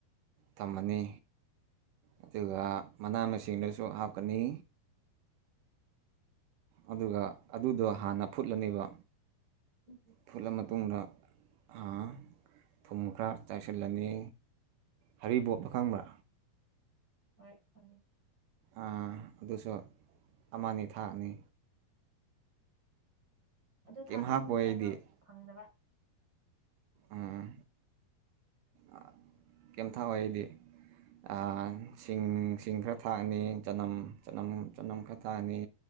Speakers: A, on the right; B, on the right.
A: ꯊꯝꯃꯅꯤ ꯑꯗꯨꯒ ꯃꯅꯥ ꯃꯁꯤꯡꯗꯁꯨ ꯍꯥꯞꯀꯅꯤ ꯑꯗꯨꯒ ꯑꯗꯨꯗꯣ ꯍꯥꯟꯅ ꯐꯨꯠꯂꯅꯤꯕ
B: <inaudible>
A: ꯐꯨꯠꯂ ꯃꯇꯨꯡꯗ ꯍꯥ ꯊꯨꯝ ꯈꯔ ꯆꯥꯏꯁꯤꯜꯂꯅꯤ ꯍꯔꯤꯕꯣꯞꯇꯣ ꯈꯪꯕ꯭ꯔꯥ
B: ꯍꯣꯏ ꯈꯪꯉꯦ
A: ꯑꯥ ꯑꯗꯨꯁꯨ ꯑꯃꯅꯤ ꯊꯥꯛꯅꯤ
B: ꯑꯗꯨ
A: ꯀꯩꯝ
B: ꯊꯥꯛꯅꯤꯡꯕꯅꯦ
A: ꯍꯥꯞꯄꯣꯏ ꯑꯩꯗꯤ
B: ꯑꯗꯣ ꯐꯪꯗꯕ
A: ꯎꯝ ꯑꯥ ꯀꯩꯝ ꯊꯥꯑꯣꯏ ꯑꯩꯗꯤ ꯑꯪ ꯁꯤꯡ ꯁꯤꯡ ꯈꯔ ꯊꯥꯛꯑꯅꯤ ꯆꯅꯝ ꯆꯅꯝ ꯆꯅꯝ ꯈꯔ ꯊꯥꯛꯑꯅꯤ